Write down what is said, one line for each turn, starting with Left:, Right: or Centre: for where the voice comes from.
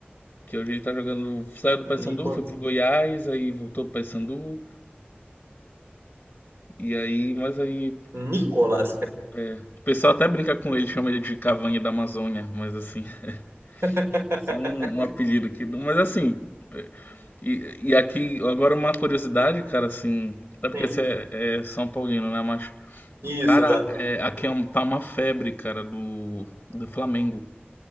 Left: Que hoje ele tá jogando. Saiu do Paysandu,
Right: Nico...
Left: foi pro Goiás, aí voltou pro Paysandu. E aí, mas aí.
Right: Nicolas, cara.
Left: é, o pessoal até brinca com ele, chama ele de Cavanha da Amazônia, mas assim. <laughs>
Right: <laughs>
Left: Só um, um apelido aqui. Mas assim. é, E, e aqui, agora uma curiosidade, cara, assim. Até porque
Right: Sim.
Left: você é, é São Paulino, né? Mas.
Right: Isso,
Left: Cara,
Right: exato.
Left: é, aqui é um- tá uma febre, cara, do, do Flamengo.